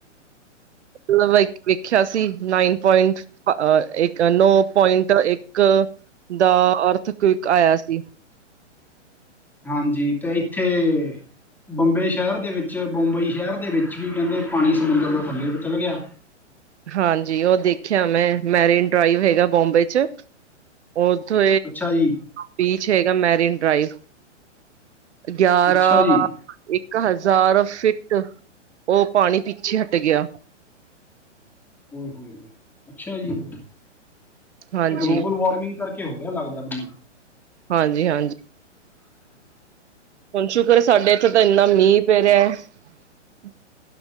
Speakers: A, on the right (about 65°); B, in the centre.
A: ਮਤਲਬ ਵੇਖਿਆ ਸੀ ਨਾਈਨ ਪੁਆਇੰਟ। ਇੱਕ ਨੌ ਪੁਆਇੰਟ ਇੱਕ ਦਾ ਅਰਥਕਵਿਕ ਆਇਆ ਸੀ।
B: ਹਾਂਜੀ ਤੇ ਇੱਥੇ। ਬੰਬੇ ਸ਼ਹਿਰ ਦੇ ਵਿੱਚ ਬੰਬਈ ਸ਼ਹਿਰ ਦੇ ਵਿੱਚ ਵੀ ਕਹਿੰਦੇ ਪਾਣੀ ਸਮੁੰਦਰ ਦੇ ਥੱਲੇ ਚਲ ਗਿਆ
A: ਹਾਂਜੀ ਉਹ ਦੇਖਿਆ ਮੈਂ ਮੈਰੀਨ ਡਰਾਈਵ ਹੈਗਾ ਬੋਂਬੇ ਚ ਓਥੋਂ
B: ਅੱਛਾ ਜੀ,
A: ਬੀਚ ਹੈਗਾ ਮੈਰੀਨ ਡਰਾਾਈਵ ਗਿਆਰਾਂ
B: ਅੱਛਾ ਜੀ,
A: ਇੱਕ ਹਜ਼ਾਰ ਫਿੱਟ ਉਹ ਪਾਣੀ ਪਿੱਛੇ ਹਟ ਗਿਆ।
B: ਹੋ ਹੋ ਹੋ ਅੱਛਾ ਜੀ ਤੇ
A: ਹਾਂਜੀ,
B: ਗਲੋਬਲ ਵਾਰਮਿੰਗ ਕਰਕੇ ਹੋ ਰਿਹਾ ਲੱਗਦਾ ਮੈਨੂੰ।
A: ਹਾਂਜੀ ਹਾਂਜੀ ਹੁਣ ਸ਼ੁਕਰ ਸਾਡੇ ਇੱਥੇ ਤਾਂ ਇੰਨਾ ਮੀਂਹ ਪੈ ਰਿਹਾ ਹੈ